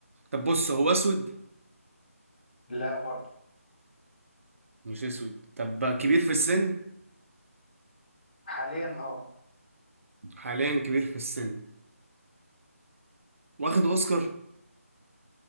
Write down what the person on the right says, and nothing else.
طب بص هو اسود
مش اسود طب كبير في السن
حاليا كبير في السن واخد اوسكار